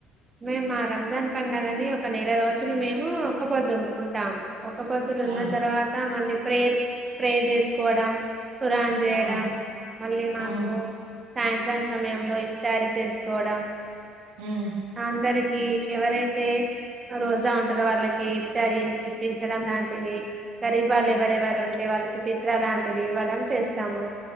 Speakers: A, on the right (about 15°); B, on the right (about 85°).
A: మేమ్ మా రంజాన్ పండగ అని ఒక నెల రోజులు మేము ఒక్కపోద్దు ఉ ఉంటాం. ఒక్క పొద్దులు ఉన్న
B: ఆ
A: తర్వాత మళ్ళీ ప్ ప్రేయరు ప్రేయర్ చేసుకోవడం ఖురాన్ జేయడం
B: ఆ
A: మళ్ళీ మాకు
B: ఆ
A: సాయంత్రం సమయంలో <unintelligible> చేసుకోవడం
B: హ్మ్
A: అందరికీ ఎవరైతే రోజా ఉంటారో వాళ్ళ కి తరీమ్ ఇప్పించడం గాని ఇవి గరీబాలు ఎవరెవరు ఉంటే వాళ్ళకి తిత్ర లాంటివి ఇవ్వడం చేస్తాము